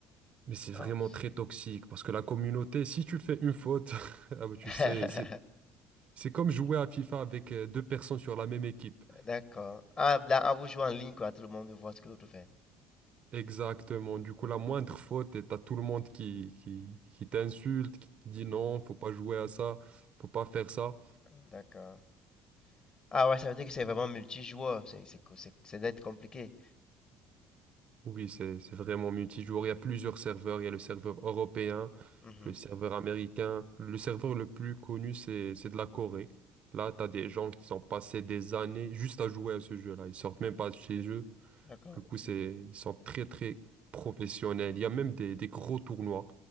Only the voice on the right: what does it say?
Mais c'est vraiment
très toxique parce que la communauté, si tu fais une faute, <laughs> ah bah, tu
sais, c'est c'est comme jouer à FIFA avec euh, deux personnes sur la même équipe.
Exactement. Du coup, la moindre faute, et t'as tout le monde qui, qui, qui t'insulte, qui te dit non, faut pas jouer à ça, faut pas faire ça.
Oui, c'est c'est vraiment multijoueur. Il y a plusieurs serveurs. Il y a le serveur européen,
le serveur américain. Le serveur le plus connu, c'est c'est de la Corée. Là, t'as des gens qui sont passés des années juste à jouer à ce jeu-là. Ils sortent même pas de chez eux.
Du coup, c'est, ils sont très, très professionnels. Il y a même des, des gros tournois.